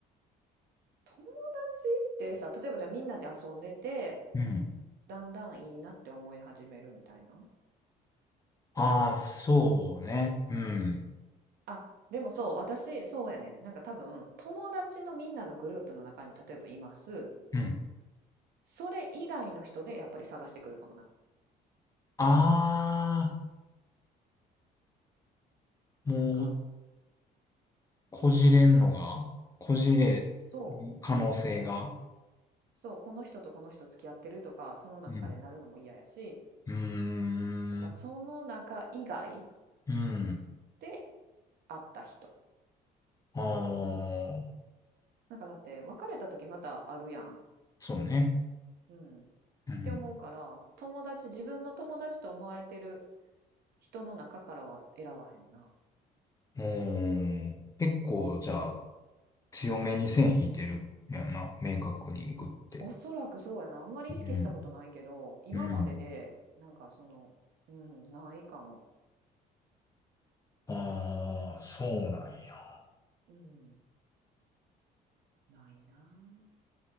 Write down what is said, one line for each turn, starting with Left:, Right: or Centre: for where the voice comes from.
Right: 友達ってさ、例えばじゃあみんなで遊んでて、
Left: うん。
Right: だんだんいいなって思い始めるみたいな。
Left: ああ、そうね。うん。
Right: あ、でもそう、私、そうやねん。なんか多分、友達のみんなのグループの中に例えばいます。
Left: うん。
Right: それ以外の人でやっぱり探してくるかもな。
Left: ああ、もう、
Right: なんか、
Left: こじれんのが、こじれる可能性が。
Right: そう、そう、この人とこの人付き合ってるとか、その中でなるのも嫌やし、
Left: うんうーん。
Right: だからその中以外
Left: うん。
Right: で会った人。
Left: ああ、
Right: なんかだって、別れた時またあるやん。
Left: そうね。
Right: うん。っ
Left: うん。
Right: て思うから、友達、自分の友達と思われてる人の中からは選ばへんな。
Left: おー結構、
Right: うん。
Left: じゃあ、強めに線引いてるやんな。明確にグって。
Right: おそらくそうやな。あんまり意識したことないけど、
Left: うん。
Right: 今までで、
Left: うん。
Right: なんかその、うん、ないかも。
Left: ああ、そうなんや。
Right: うん、ないな。